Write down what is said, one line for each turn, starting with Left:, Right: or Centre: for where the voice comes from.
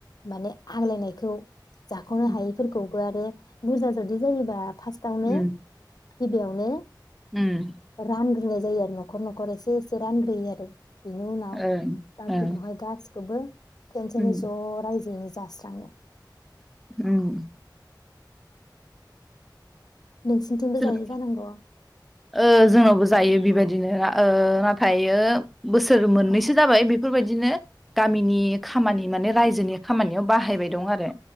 Left: माने आग्लायनायखौ जाख'नो
Centre: उम
Left: हायैफोरखौबो आरो बुरजा जुदि जायोबा फास्टआवनो
Centre: उम
Left: गि बेयावनो
Centre: उम
Left: रान <inaudible> जायो आरो न'खर न'खर इसेे इसे रानग्रोयो आरो बिनि उनाव
Centre: ओ
Left: बाखिखौहाय
Centre: ओ
Left: गा <inaudible> खेनसेनो
Centre: उम
Left: ज' रायजोयैनो जास्राङो
Centre: उम
Left: नोंसिनिथिंबो
Centre: <unintelligible>
Left: जायो जानांगौ
Centre: ओ जोंनावबो जायो बेबा <inaudible> बिदिनो ओ नाथायो बोसोर मोननैसो
Left: अ
Centre: जाबाय बेफोरबायदिनो गामिनि खामानि माने राय <inaudible> नि खामानियाव बाहायबाय दं आरो